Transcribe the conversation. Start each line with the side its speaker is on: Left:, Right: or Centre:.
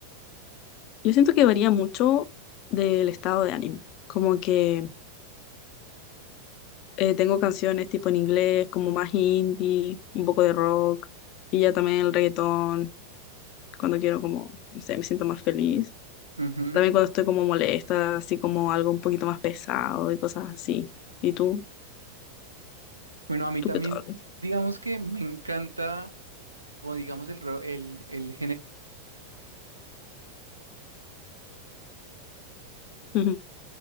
Left: Yo siento que varía mucho del estado de ánimo. Como que eh, tengo canciones tipo en inglés, como más indie, un poco de rock, y ya también el reggaetón. cuando quiero como, no sé, me siento más feliz.
Right: Ujú.
Left: También cuando estoy como molesta, así como algo un poquito más pesado y cosas así. ¿Y tú?
Right: Bueno, a mí
Left: ¿Tú
Right: también,
Left: qué tal?
Right: digamos que me encanta, o digamos el, ro- el, el
Left: Ujú.